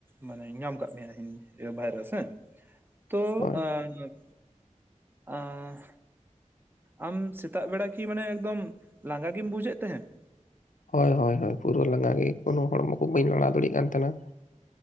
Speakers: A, on the right (about 15°); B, on the left (about 90°).
A: ᱢᱟᱱᱮ ᱧᱟᱢ ᱟᱠᱟᱫ ᱢᱮᱭᱟ ᱵᱷᱟᱭᱨᱟᱥ ᱦᱮᱸ ᱾ ᱛᱚ
B: ᱦᱳᱭ
A: ᱟᱸᱻ ᱟᱸ ᱟᱢ ᱥᱮᱛᱟᱜ ᱵᱮᱲᱟ ᱠᱤ ᱢᱟᱱᱮ ᱮᱠᱫᱚᱢ ᱞᱟᱸᱜᱟ ᱜᱮᱢ ᱵᱩᱡᱮᱫ ᱛᱟᱦᱮᱸ ᱾
B: ᱦᱚᱭ ᱦᱚᱭ ᱦᱚᱭ ᱯᱩᱨᱟᱹ ᱞᱟᱸᱜᱟ ᱜᱮ ᱠᱳᱱᱳ ᱦᱚᱲᱢᱚ ᱠᱚ ᱵᱟᱹᱧ ᱞᱟᱲᱟᱣ ᱫᱟᱲᱤᱜ ᱠᱟᱱ ᱛᱟᱦᱮᱱᱟ ᱾